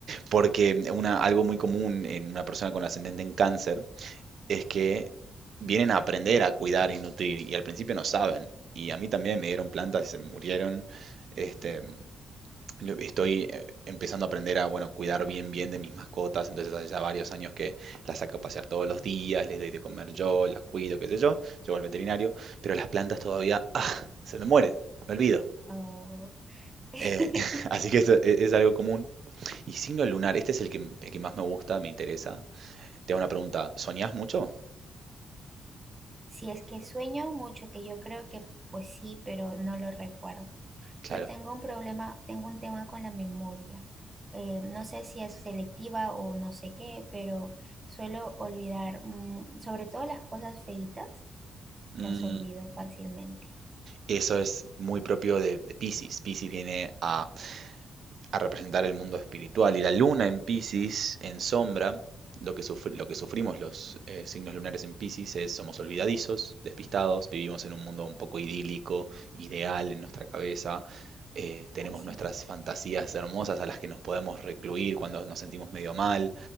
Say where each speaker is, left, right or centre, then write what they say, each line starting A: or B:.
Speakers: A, on the right; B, on the right.
A: Porque una, algo muy común en una persona con ascendente en cáncer es que vienen a aprender a cuidar y nutrir y al principio no saben. Y a mí también me dieron plantas y se me murieron. Este, lo- estoy eh, empezando a aprender a, bueno, cuidar bien bien de mis mascotas. Entonces hace ya varios años que las saco a pasear todos los días, les doy de comer yo, las cuido, qué sé yo. Llevo al veterinario, pero las plantas todavía ¡ah! se me mueren, me olvido.
B: Oh. <laughs>
A: Eh, <laughs> así que eso e- es, algo común. Y signo lunar, este es el que, el que más me gusta, me interesa. Te hago una pregunta, ¿soñás mucho?
B: Si es que sueño mucho, que yo creo que pues sí, pero no lo recuerdo.
A: Claro.
B: Yo tengo un problema, tengo un tema con la memoria. Eh, no sé si es selectiva o no sé qué, pero suelo olvidar, mm, sobre todo las cosas feitas,
A: Mm,
B: las olvido fácilmente.
A: eso es muy propio de, de Piscis. Piscis viene a a representar el mundo espiritual. Y la luna en piscis en sombra, lo que, sufri- lo que sufrimos los eh, signos lunares en piscis es somos olvidadizos, despistados, vivimos en un mundo un poco idílico, ideal en nuestra cabeza, eh, tenemos
B: Ay, sí,
A: nuestras fantasías hermosas a las que nos podemos recluir cuando nos sentimos medio mal,